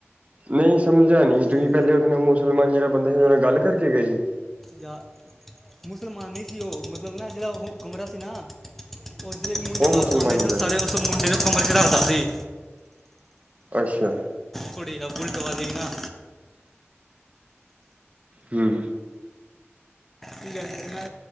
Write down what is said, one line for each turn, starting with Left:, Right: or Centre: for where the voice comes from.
Right: ਨਹੀਂ ਸਮਝਿਆ ਨਹੀਂ ਤੁਸੀਂ
Centre: ਹੂੰ
Right: ਪਹਿਲੇ ਉਹਦੇ ਨਾਲ ਮੁਸਲਮਾਨ ਜੇੜਾ ਬੰਦਾ ਸੀ ਉਹਦੇ ਨਾਲ ਗੱਲ ਕਰਕੇ ਗਏ ਸੀ?
Centre: ਯਾਰ ਮੁਸਲਮਾਨ ਨੀ ਸੀ ਉਹ ਮਤਲਬ ਨਾ ਜਿਹੜਾ ਉਹ ਕਮਰਾ ਸੀ ਨਾ, ਓਹ ਜਿਤਨੇ ਵੀ ਮੁੰਡੇ
Right: ਉਹ
Centre: ਬਾਰੋਂ
Right: ਮੁਸਲਮਾਨ
Centre: ਆਦੇ ਸਨ
Right: ਦਾ
Centre: ਸਾਰੇ
Right: ਸੀ
Centre: ਉਸ ਮੁੰਡੇ ਦੇ ਕਮਰੇ 'ਚ ਰੱਖਦਾ ਸੀ।
Right: ਅੱਛਾ।
Centre: ਕੁੜੀਆਂ ਬੁਲਟ ਵਾਲੀ ਨਾ,
Right: ਹਮ।
Centre: ਕੀ ਕਹਿੰਦੇ, ਮੈਂ